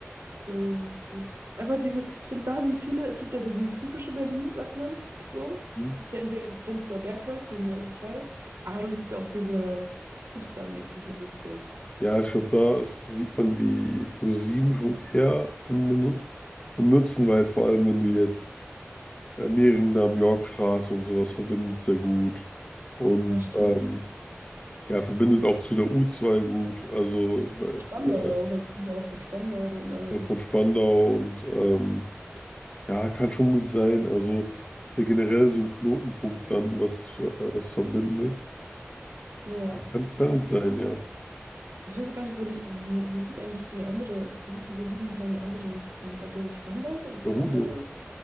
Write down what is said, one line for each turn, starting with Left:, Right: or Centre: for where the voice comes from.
Right: So, das einfach diese, ich finde, da sind viele, es gibt ja so dieses typische Berlin, sagt man. So.
Left: Mhm.
Right: Es gibt ja entweder diese Prenzlauer Bergleute, die sind in der u zwei aber da gibt es ja auch diese Hipster-mäßig so ein bisschen.
Left: Ja, ich glaube, da ist, sieht man die U7 schon eher im, Benu- im Nutzen, weil vor allem, wenn du jetzt äh, Mehringdamm, Yorkstraße und sowas verbindet sehr gut. Und
Right: Ja, stimmt.
Left: ähm, ja, verbindet auch zu der U2 gut. Also bei,
Right: Und Spandau
Left: äh,
Right: auch, also kommt ja auch von Spandau und alles.
Left: von Spandau und ähm, Ja, kann schon gut sein. Also ist ja generell so ein Knotenpunkt dann, was, äh, was verbindet.
Right: Ja.
Left: Kann, kann gut sein, ja.
Right: Ich weiß auch gar nicht, wo die, wo, wo geht eigentlich die andere, also wo geht die U7 nochmal in die andere Richtung? Also Spandau und
Left: Ja,
Right: die
Left: Rudo.
Right: andere?